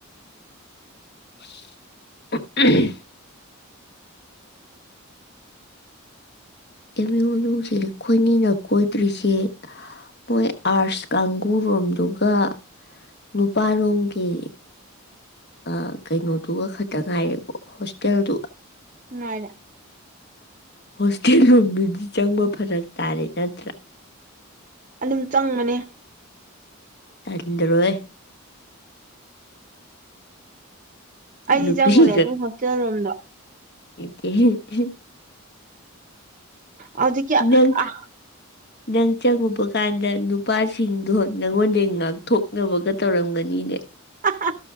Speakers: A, on the left; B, on the right.
A: <unintelligible> ꯑꯦꯝꯌꯨ ꯃꯅꯨꯡꯁꯦ ꯈꯣꯏꯅꯤꯅ ꯀꯣꯏꯗ꯭ꯔꯤꯁꯦ ꯃꯣꯏ ꯑꯥꯔꯁ ꯀꯥꯡꯒꯨꯔꯣꯝꯗꯨꯒ ꯅꯨꯄꯥꯔꯣꯝꯒꯤ ꯑ ꯀꯩꯅꯣꯗꯨꯒ ꯈꯛꯇ ꯉꯥꯏꯔꯦꯀꯣ ꯍꯣꯁꯇꯦꯜꯗꯨꯒ
B: ꯉꯥꯏꯔꯦ
A: ꯍꯣꯁꯇꯦꯜ ꯔꯣꯝꯗꯨꯗꯤ ꯆꯪꯕ ꯐꯔꯛ ꯇꯥꯔꯦ ꯅꯠꯇ꯭ꯔꯥ
B: ꯑꯗꯨꯝ ꯆꯪꯕꯅꯤ
A: ꯇꯟꯗꯔꯣꯏꯑꯦ
B: ꯑꯩꯗꯤ
A: ꯅꯨꯄꯤꯒ
B: ꯆꯪꯉꯨꯔꯦ ꯑꯗꯨꯝ ꯍꯣꯁꯇꯦꯜ ꯔꯣꯝꯗꯣ
A: ꯀꯦꯍꯦ ꯍꯦ
B: ꯍꯧꯖꯤꯛꯀꯤ
A: ꯅꯪ
B: ꯑ
A: ꯅꯪ ꯆꯪꯉꯨꯕ ꯀꯥꯟꯗ ꯅꯨꯞ ꯅꯨꯄꯥꯁꯤꯡꯗꯣ ꯅꯪꯉꯣꯟꯗꯩ ꯉꯥꯛꯊꯣꯛꯅꯕꯒ ꯇꯧꯔꯝꯒꯅꯤꯅꯦ
B: ꯍꯍ